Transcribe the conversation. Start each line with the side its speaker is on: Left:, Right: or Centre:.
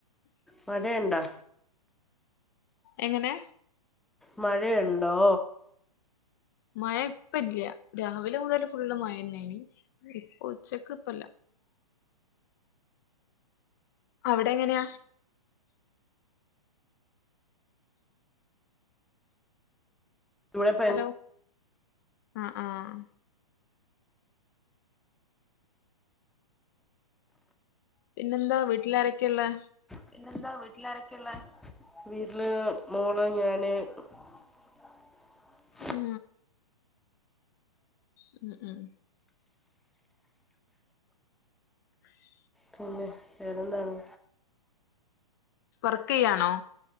Centre: മഴയൊണ്ടോ
Left: എങ്ങനെ
Centre: മഴയുണ്ടോ
Left: മഴ ഇപ്പ ഇല്ല്യാ രാവിലെ മുതല് ഫുള്ള് മഴ ന്നേനീ ഇപ്പൊ ഉച്ചക്ക് ഇപ്പല്ല അവിടെങ്ങനാ
Centre: ഇവിടെ ഭയ
Left: ഹലോ ആഹ് -ആഹ് പിന്നെന്താ വീട്ടിലാരൊക്കെയാ ഉള്ളേ
Centre: പിന്നെന്താ വീട്ടിലാരൊക്കെയൊള്ളേ? വീട്ടില് മോള് ഞാന് <unintelligible>
Left: ഉം ഉം ഉം <unintelligible>
Centre: പിന്നെ വേറെന്താണ്?
Left: വർക്കെയ്യാണോ?